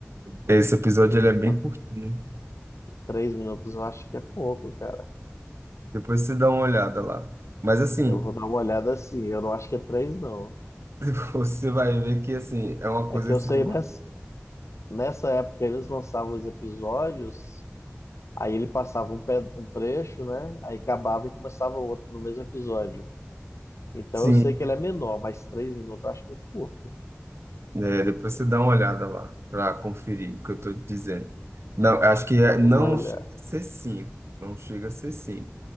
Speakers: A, on the right; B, on the left.
A: Esse episódio
B: Hum,
A: ele é bem
B: tá
A: curtinho.
B: Três minutos eu acho que é pouco, cara.
A: Depois você dá uma olhada lá. Mas assim,
B: Eu vou dar uma olhada assim. Eu não acho que é três, não.
A: <laughs> você vai ver que assim, é uma
B: É
A: coisa
B: que
A: assim
B: eu sei,
A: que
B: nessa, nessa época eles lançavam os episódios, aí ele passava um, pe- um trecho, né? Aí acabava e começava outro no mesmo episódio. Então
A: sim,
B: eu sei que ele é menor, mas três minutos eu acho muito curto.
A: né? Depois você dá uma olhada lá para conferir o que eu tô dizendo. Não, eu acho que é,
B: Eu
A: não
B: vou olhar.
A: chega a ser cinco, não chega a ser cinco,